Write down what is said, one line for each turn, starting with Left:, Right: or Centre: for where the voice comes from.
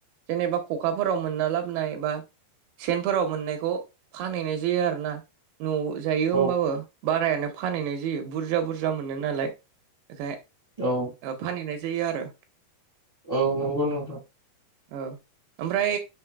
Right: जेनेबा खखाफोराव मोनना लाबोनाय बा सेनफोराव मोननायखौ फानहैनाय जायो आरोना। न'आव जायो होमबाबो
Left: औ
Right: बारायानो फानहैनाय जायो बुरजा बुरजा मोनो नालाय। बेखाय
Left: औ
Right: फानहैनाय जायो आरो।
Left: औ नंगौ नोंथां।
Right: औ ओमफ्राय